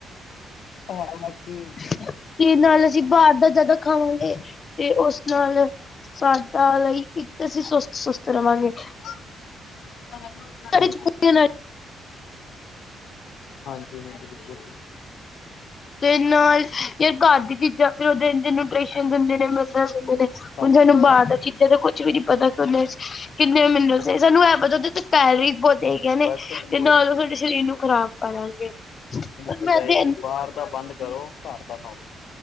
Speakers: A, on the left; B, on the left.
A: ਹਾਂਜੀ।
B: ਤੇ ਨਾਲ ਅਸੀ ਬਾਰ ਦਾ ਜਾਦਾ ਖਾਵਾਂਗੇ। ਤੇ ਓਸ ਨਾਲ ਸਾਡਾ ਲਈਕ ਇੱਕ ਤੇ ਅਸੀ ਸੁਸਤ ਸੁਸਤ ਰਵਾਂਗੇ।
A: ਹਾਂਜੀ।
B: ਸਾਡੇ ਚ ਪੂਰੀ ਐਨਰਜੀ
A: ਹਾਂਜੀ ਹਾਂਜੀ, ਬਿਲਕੁਲ ਜੀ।
B: ਤੇ ਨਾਲ ਯਾਰ ਘਰ ਦੀ ਚੀਜਾਂ ਫੇਰ ਓਦੇ ਨਿਊਟ੍ਰਿਸ਼ਨ ਦੇਂਦੇ ਨੇ, ਮਿਨਰਲ ਦੇਂਦੇ ਨੇ
A: ਬਾਕੀ
B: ਹੁਨ ਸਾਨੂੰ ਬਾਰ
A: ਸਭ
B: ਦਾ ਚੀਜ਼ਾਂ ਤਾਂ ਕੋਈ ਕੁਛ ਵੀ ਨੀ ਪਤਾ ਓਦੇ ਚ ਕਿੰਨੇ ਮਿਨਰਲਜ ਏ। ਸਾਨੂੰ ਐ ਪਤਾ ਓਦੇ ਤੇ ਤੈਰੀਖ ਬੋਤ ਹੈਗੀਆਂ ਨੇ
A: ਬਸ
B: ਤੇ
A: ਉਹੀ
B: ਨਾਲ ਓ ਸਾਡੇ ਸ਼ਰੀਰ ਨੂੰ ਖਰਾਬ ਕਰਾਂਗੇ।
A: ਏ
B: ਮੈਂ ਤੇ
A: ਕਿ ਬਾਰ ਦਾ ਬੰਦ ਕਰੋ ਘਰ ਦਾ ਖਾਓ।